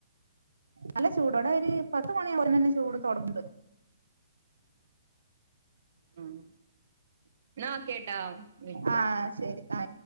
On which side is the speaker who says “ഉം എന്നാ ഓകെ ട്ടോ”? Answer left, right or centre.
Right